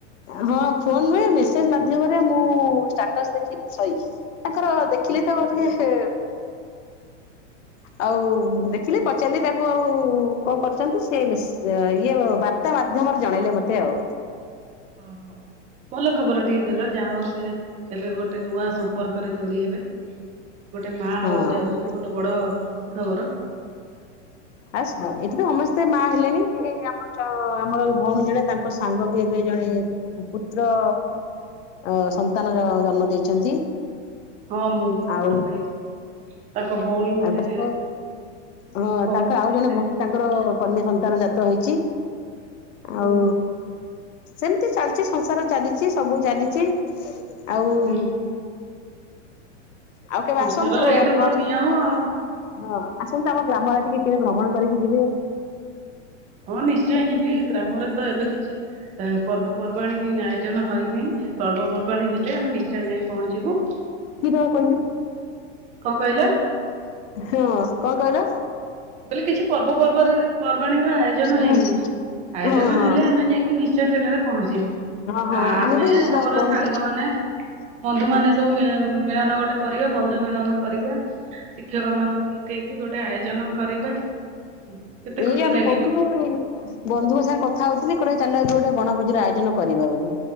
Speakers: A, on the left (about 75°); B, on the right (about 20°).
A: ହଁ ଫୋନ ନୁହେଁ, ମେସେଜ ମାଧ୍ୟମରେ ମୁଁ ଷ୍ଟାଟସ୍ ଦେଖି ସଇ ତାଙ୍କର ଦେଖିଲି ତ ହଉଚି ହେ
B: <inaudible>
A: ଆଉ ଦେଖିଲି, ପଚାରିଲି ତାକୁ ଆଉ କଣ କରୁଚନ୍ତି ସେ ମେସେ ସିଏ ଇଏ ବାର୍ତ୍ତା ମାଧ୍ୟମରେ ଜଣେଇଲେ ମତେ ଆଉ।
B: ଓହୋ। ଭଲ ଖବର ଟିକେ ଦେଲା, ଯାହା ହଉ ସେ ଏବେ ଗୋଟେ ନୂଆ ସମ୍ପର୍କରେ ଯୋଡି ହେବେ। ଗୋଟେ ମାଆ
A: ହଁ।
B: ହବାକୁ ଯାଉଛନ୍ତି ଗୋଟେ ବଡ ଖୁସି ଖବର।
A: ଆସ୍ ଏଠି ତ ସମସ୍ତେ ମା ହେଲେଣି ଆମ <unintelligible> ଆମ ଭଉଣୀ ଜଣେ ତାଙ୍କ ସାଙ୍ଗ ବି ଏବେ ଜଣେ ପୁତ୍ର ଅ ସନ୍ତାନ ଅ ଜନ୍ମ ଦେଇଛନ୍ତି।
B: ହଁ ମୁଁ ବି ଖବର
A: ଆଉ
B: ପାଇଛି, ତାଙ୍କ ଭଉଣୀ ମତେ
A: ଆଉ ତାଙ୍କ ହଁ
B: କହୁ
A: ତାଙ୍କ
B: ଫୋନ
A: ଆଉ ଜଣେ
B: କରି
A: ଭଉଣୀ
B: କହୁଥିଲେ
A: ତାଙ୍କର କନ୍ୟା ସନ୍ତାନ ଜାତ ହେଇଛି।
B: ହୁଁ
A: ଆଉ ସେମତି ଚାଲିଛି, ସଂସାର ଚାଲିଚି, ସବୁ ଚାଲିଚି। ଆଉ,
B: ହୁଁ
A: ଆଉ କେବେ
B: ସଂସାରର
A: ଆସନ୍ତୁ
B: ଏଇଟା
A: ଆପ
B: ତ ନିୟମ ଆଉ।
A: ହଁ ଆସନ୍ତୁ ଆମ ଗ୍ରାମ ଆଡ଼େ ଟିକେ କେବେ ଭ୍ରମଣ କରିକି ଯିବେ?
B: ହଁ ନିଶ୍ଚୟ ଯିବି, ଗ୍ରାମରେ ତ ଏବେ କିଛି ଏ ପର୍ବପର୍ବାଣି ଆୟୋଜନ ହଇନି, ପର୍ବପର୍ବାଣି ହେଲେ ଆମେ ନିଶ୍ଚୟ ଯାଇ ପହଞ୍ଚିବୁ
A: କିଏ ତ କହିଲି,
B: କଣ କହିଲ
A: ହଁ କଣ କହିଲ?
B: ମୁଁ କହିଲି କିଛି ପର୍ବ ପର୍ବରେ ପର୍ବାଣିର ଆୟୋଜନ
A: ହଁ
B: ହେଇନାହିଁ। ଆୟୋଜନ
A: ହଁ ହଁ
B: ହେଲେ ଆମେ ଯାଇଁକି ନିଶ୍ଚୟ ସେଠାରେ ପହଞ୍ଚିବି।
A: ହଁ ହଁ
B: ଆ-ଆମେ,
A: ଆମେ ବି ବ
B: ଆମର
A: ବନ୍ଧୁ
B: ସାଙ୍ଗମାନେ, ବନ୍ଧୁମାନେ ସବୁ ମିଳ-ମିଳନ ଗୋଟେ କରିବା, ବନ୍ଧୁ ମିଳନ କରିବା। ଶିକ୍ଷକମାନଙ୍କୁ ଡକେଇକି ଗୋଟେ ଆୟୋଜନ କରିବା। କେତେ
A: ହଁ ଏଇ
B: ଖୁସି
A: ଆମେ
B: ଲାଗିବ
A: କହୁଥିଲୁ ବନ୍ଧୁଙ୍କ ସାଙ୍ଗରେ କଥା ହଉଥିଲି, କହିଲେ ଚାଲ ଏବେ ଗୋଟେ ବଣଭୋଜିର ଆୟୋଜନ କରିବା ବୋଲି।